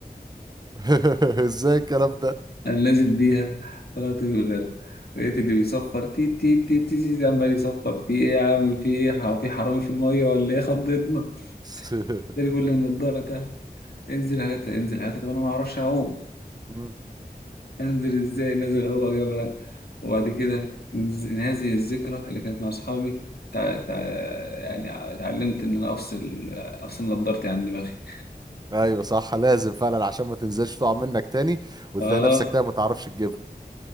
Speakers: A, on the right (about 25°); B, on the left (about 70°).
A: <laughs> ازاي الكلام ده
B: انا نازل بيها طلعت من غيرها لقيت اللي بيصفر تي تي تي تي, تي عمال يصفر في ايه يا عم في ايه ح- في حرامي في الميه ولا ايه خضتنا ده
A: <laughs>
B: اللي بيقول لي النضاره تحت انزل هاتها انزل هاتها طب انا ما اعرفش اعوم
A: مم.
B: انزل ازاي نازل هو جابها وبعد كده نز- هذه الذكرى اللي كانت مع اصحابي تع... تع... يعني اتعلمت ان انا افصل افصل نضارتي عن دماغي
A: ايوه صح لازم فعلا عشان ما تنزلش تقع منك تاني وتلاقي
B: اه
A: نفسك تاني ما تعرفش تجيبها.